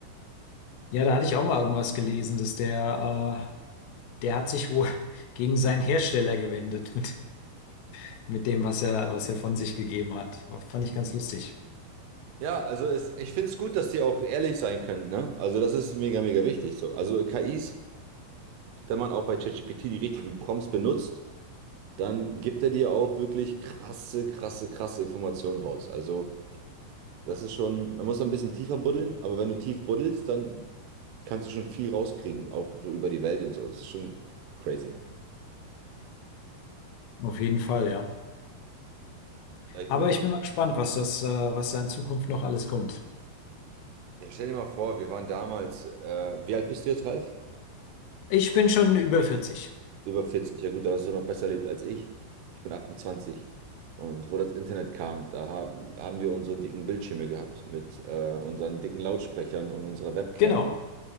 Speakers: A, on the left (about 85°); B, on the right (about 80°).
A: Ja, da hatte ich auch mal irgendwas gelesen, dass der, äh, der hat sich wohl <laughs> gegen seinen Hersteller gewendet <laughs> mit, mit dem, was er, was er von sich gegeben hat. Fand ich ganz lustig.
B: Ja, also es, ich finde es gut, dass die auch ehrlich sein können, ne? Also das ist mega, mega wichtig so. Also KIs, wenn man auch bei ChatGPT die richtigen Prompts benutzt, dann gibt er dir auch wirklich krasse, krasse, krasse Informationen raus. Also das ist schon, man muss ein bisschen tiefer buddeln, aber wenn du tief buddelst, dann kannst du schon viel rauskriegen, auch so über die Welt und so. Das ist schon crazy.
A: Auf jeden Fall, ja.
B: Ja, ich
A: Aber
B: benutze,
A: ich bin mal gespannt, was das, äh, was da in Zukunft noch alles kommt.
B: ja, stell dir mal vor, wir waren damals, äh, wie alt bist du jetzt, Ralf?
A: Ich bin schon über 40.
B: Über 40, ja gut, da hast du noch besser erlebt als ich. Ich bin 28. Und wo das Internet kam, da haben, haben wir unsere dicken Bildschirme gehabt mit äh, unseren dicken Lautsprechern und unserer Webcam.
A: Genau,